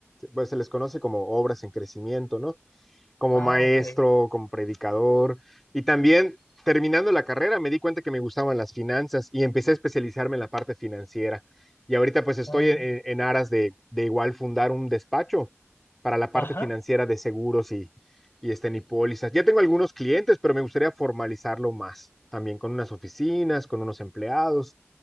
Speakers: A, in the centre; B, on the left (about 55°).
A: pues se les conoce como obras en crecimiento, ¿no? como
B: Ah,
A: maestro,
B: ok.
A: como predicador. Y también terminando la carrera me di cuenta que me gustaban las finanzas y empecé a especializarme en la parte financiera. Y ahorita pues estoy
B: Ah,
A: en, en aras de, de igual fundar un despacho para la parte
B: ajá,
A: financiera de seguros y, y este y pólizas. Ya tengo algunos clientes, pero me gustaría formalizarlo más, también con unas oficinas, con unos empleados.